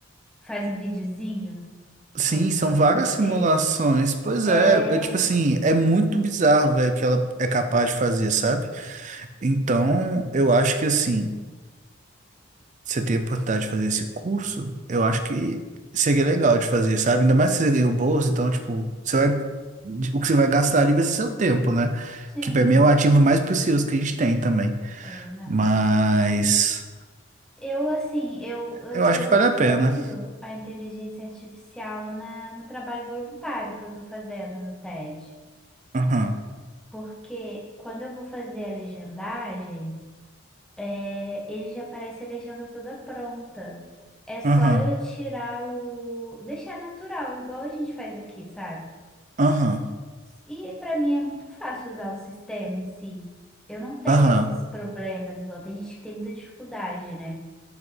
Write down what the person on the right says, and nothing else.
Sim,
são
várias
simulações. Pois
é, é tipo
assim, é muito bizarro, velho, o que ela é capaz de fazer, sabe? Então, eu acho que assim, você ter a oportunidade de fazer esse curso, eu acho que seria legal de fazer, sabe? Ainda mais se você ganha o bolso, então, tipo, você vai, o que você vai gastar ali vai ser seu tempo, né?
Que pra mim é o ativo mais precioso que a gente tem também.
Mas.
Eu acho
que vale
a pena.
Aham,
aham,
aham,
aham,